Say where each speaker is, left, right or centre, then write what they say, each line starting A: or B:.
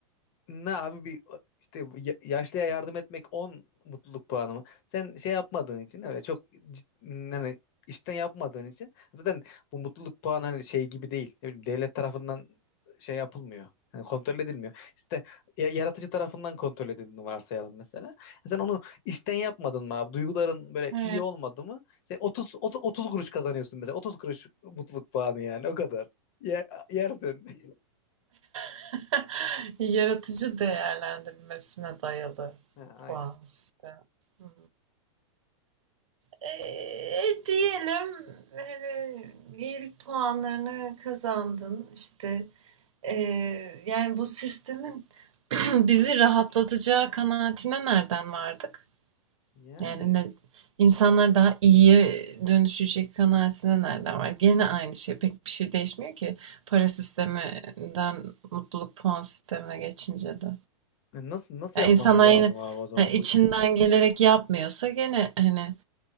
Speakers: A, on the left; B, on the right.
A: Ne abi bir işte ya- yaşlıya yardım etmek 10 mutluluk puanı mı? Sen şey yapmadığın için öyle çok cid- yani işten yapmadığın için zaten bu mutluluk puanı hani şey gibi değil. Ne bileyim devlet tarafından şey yapılmıyor. Yani kontrol edilmiyor. İşte ya- yaratıcı tarafından kontrol edildiğini varsayalım mesela. Sen onu işten yapmadın mı abi? Duyguların böyle
B: <laughs> He.
A: iyi olmadı mı? Sen 30 30, 30 kuruş kazanıyorsun mesela. 30 kuruş mutluluk puanı yani o kadar. Ye- yersin. <laughs>
B: <laughs> Yaratıcı değerlendirmesine dayalı
A: Ha, aynen.
B: puan sistemi. Hmm. Eee, diyelim hani iyilik puanlarını kazandın işte eee, yani bu sistemin <clears throat> bizi rahatlatacağı kanaatine nereden vardık?
A: Yani
B: Yani ne, insanlar daha iyiye dönüşecek kanaatine nereden var? Gene aynı şey pek bir şey değişmiyor ki para sisteminden mutluluk puan sistemine geçince de.
A: E, Nasıl nasıl
B: Yani
A: yapmamız
B: insanlar
A: lazım
B: yine
A: abi o zaman
B: yani içinden
A: bu
B: gelerek yapmıyorsa gene hani